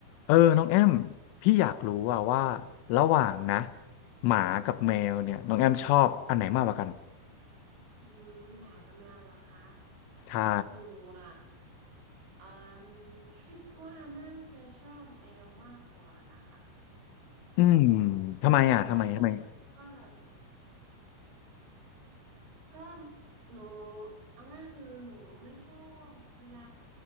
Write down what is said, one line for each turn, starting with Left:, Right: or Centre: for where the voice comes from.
Left: เออน้องแอมพี่อยากรู้ว่าว่าระหว่างนะหมากับแมวเนี่ยน้องแอมชอบอันไหนมากกว่ากัน
Right: อืมหมากับแมวเหรอคะ
Left: ใช่
Right: หนูอ่ะอ่าคิดว่าน่าจะชอบแมวมากกว่านะคะ
Left: อืมทำไมอ่ะทำไมทำไม
Right: ใช่เพราะรู้สึกว่าแบบก็หนูเอาง่ายคือหนูไม่ชอบเวลา